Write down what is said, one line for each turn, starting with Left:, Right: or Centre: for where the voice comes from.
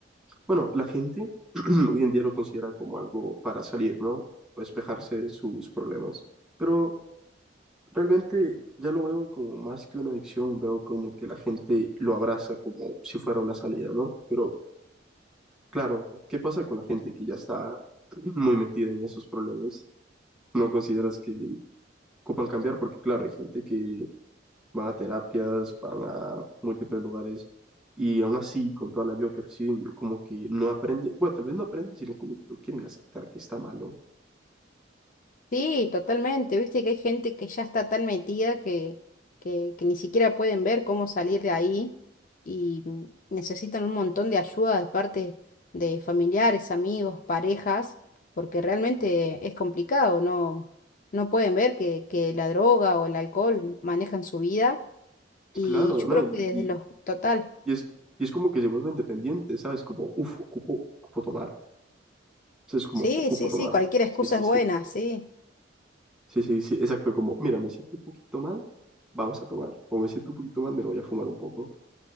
Centre: bueno, la gente <clears throat> hoy en día lo considera como algo para salir, ¿no? O despejarse de sus problemas. Pero realmente ya lo veo como más que una adicción, veo como que la gente lo abraza como si fuera una salida, ¿no? Pero claro, ¿qué pasa con la gente que ya está <clears throat> muy metida en esos problemas? ¿No consideras que ocupan cambiar? Porque claro, hay gente que van a terapias, van a múltiples lugares y aún así, con toda la ayuda que reciben, como que no aprende, bueno, tal vez no aprenden, sino como que no quieren aceptar que está malo.
Left: Sí, totalmente. Viste que hay gente que ya está tan metida que, que, que ni siquiera pueden ver cómo salir de ahí y mm, necesitan un montón de ayuda de parte de familiares, amigos, parejas, porque realmente es complicado, no, no pueden ver que, que la droga o el alcohol manejan su vida y
Centre: Claro,
Left: yo
Centre: ¿no?
Left: creo
Centre: Y,
Left: que
Centre: y,
Left: desde los... Total.
Centre: y es, y es como que se vuelven dependientes, ¿sabes? Como, uff, ocupo, ocupo tomar. O sea, es como,
Left: Sí,
Centre: ocupo
Left: sí,
Centre: tomar.
Left: sí, cualquier excusa
Centre: Sí, sí,
Left: es buena,
Centre: sí,
Left: sí.
Centre: sí, sí, sí, exacto, como, mira, me siento un poquito mal, vamos a tomar. O me siento un poquito mal, me lo voy a fumar un poco.